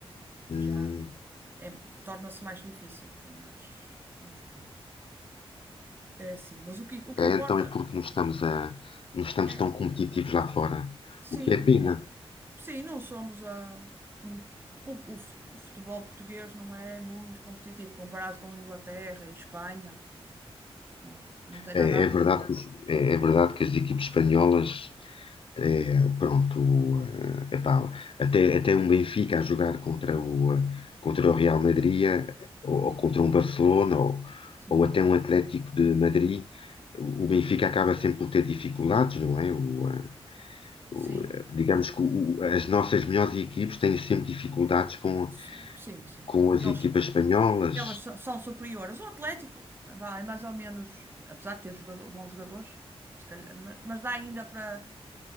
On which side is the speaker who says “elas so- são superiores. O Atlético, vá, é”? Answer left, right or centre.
Right